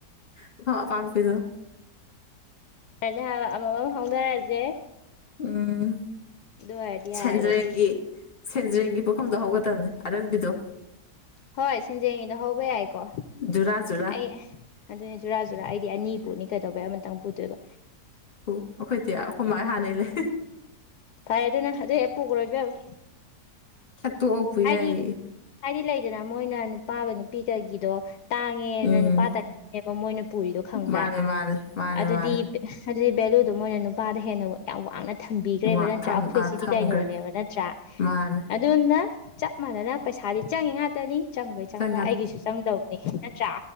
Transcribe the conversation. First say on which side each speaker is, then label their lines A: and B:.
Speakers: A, on the left; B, on the left.
A: ꯄꯨꯈꯝ ꯑꯄꯥꯛꯄꯤꯗꯨꯅ
B: <unintelligible> ꯍꯥꯏꯕ ꯑꯃꯃꯝ ꯍꯧꯅꯔꯖꯦ
A: ꯎꯝ
B: ꯑꯣꯏꯔꯗꯤ
A: ꯁꯦꯟꯗ꯭ꯔꯦꯡꯒꯤ
B: ꯌꯥꯔꯦꯗꯅ
A: ꯁꯦꯟꯖ꯭ꯔꯦꯡꯒꯤ ꯄꯨꯈꯝꯗꯣ ꯍꯧꯒꯗꯕꯅꯦ ꯑꯔꯪꯕꯤꯗꯣ
B: ꯍꯣꯏ ꯁꯦꯟꯖꯦꯡꯒꯤꯗꯣ ꯍꯧꯕ ꯌꯥꯏꯀꯣ
A: ꯖꯨꯔꯥ ꯖꯨꯔꯥ
B: ꯑꯩ ꯑꯗꯨꯅꯦ ꯖꯨꯔꯥ ꯖꯨꯔꯥ ꯑꯩꯗꯤ ꯑꯅꯤ ꯄꯨꯅꯤ ꯀꯩꯗꯧꯕꯩ ꯑꯃꯇꯪ ꯄꯨꯗꯣꯏꯕ
A: ꯄꯨ ꯑꯩꯈꯣꯏꯇꯤꯌꯥ ꯑꯩꯈꯣꯏ ꯃꯥꯥꯏ ꯍꯥꯟꯅꯩ ꯂꯩ
B: ꯐꯔꯦ ꯑꯗꯨꯅ ꯑꯗꯨ ꯍꯦꯛ ꯄꯨꯒ꯭ꯔꯣ ꯏꯕꯦꯝꯃ
A: ꯇꯣꯛꯑ ꯄꯨ
B: ꯍꯥꯏꯗꯤ
A: ꯌꯥꯏꯌꯦꯌꯦ
B: ꯍꯥꯏꯗꯤ ꯂꯩꯗꯅ ꯃꯣꯏꯅ ꯅꯨꯄꯥꯒ ꯅꯨꯄꯤꯒꯒꯤꯗꯣ ꯇꯥꯡꯉꯦꯅ
A: ꯎꯝ
B: ꯅꯨꯄꯥ ꯇꯪꯒꯤꯅꯦꯕ ꯃꯣꯏꯅ ꯄꯨꯔꯤꯗꯣ ꯈꯪꯕ꯭ꯔꯥ
A: ꯃꯥꯅꯦ ꯃꯥꯅꯦ ꯃꯥꯅꯦ
B: ꯑꯗꯨꯗꯤ
A: ꯃꯥꯅꯦ
B: ꯕꯦ__ ꯑꯗꯨꯗꯤ ꯕꯦꯂꯨꯗꯣ ꯃꯣꯏꯅ ꯅꯨꯄꯥꯗ ꯍꯦꯟꯅ ꯌꯥꯝ ꯋꯥꯡꯅ ꯊꯝꯕꯤꯒ꯭ꯔꯦꯕ
A: ꯋꯥ
B: ꯅꯠꯇ꯭ꯔꯥ
A: ꯊꯝ
B: ꯑꯩꯈꯣꯏꯁꯤꯗꯤ
A: ꯑ ꯊꯝꯒ꯭ꯔꯦ
B: ꯀꯩꯅꯣꯅꯦꯕ ꯅꯠꯇ꯭ꯔꯥ
A: ꯃꯥꯅꯦ
B: ꯑꯗꯨꯗꯨꯅ ꯆꯞ ꯃꯥꯟꯅꯅ ꯄꯩꯁꯥꯗꯤ ꯆꯪꯏꯤ ꯉꯥꯛꯇꯅꯤ ꯆꯪꯕꯩ ꯆꯪꯕ
A: ꯆꯪ
B: ꯑꯩꯒꯤꯁꯨ ꯆꯪꯗꯧꯕꯅꯤ ꯅꯠꯇ꯭ꯔꯥ